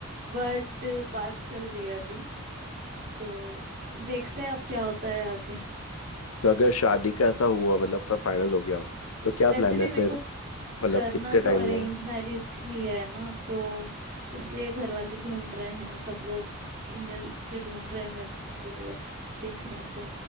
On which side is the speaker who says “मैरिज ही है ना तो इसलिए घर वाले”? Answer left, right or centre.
Right